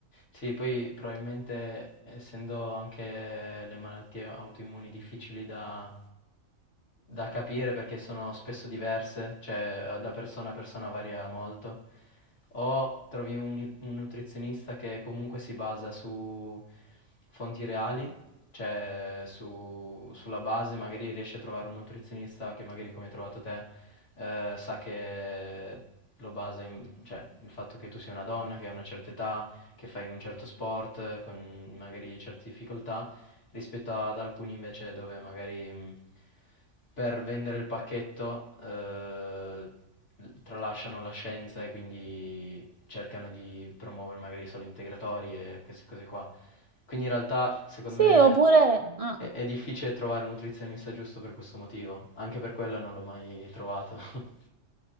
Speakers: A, on the left; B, on the right.
A: Sì, poi probabilmente essendo anche le malattie autoimmuni difficili da, da capire perché sono spesso diverse, cioè eh, da persona a persona varia molto, o trovi un, un nutrizionista che comunque si basa su fonti reali, cioè su- sulla base, magari riesci a trovare un nutrizionista che magari come hai trovato te eh, sa che lo basa in, cioè il fatto che tu sia una donna, che hai una certa età, che fai un certo sport eh, con magari certe difficoltà rispetto ad alcuni invece dove magari mh, per vendere il pacchetto eh, tralasciano la scienza e quindi cercano di promuovere magari solo integratori e queste cose qua. Quindi in realtà secondo
B: Sì,
A: me
B: oppure... ah.
A: è, è difficile trovare un nutrizionista giusto per questo motivo, anche per quello non l'ho mai trovato. <laughs>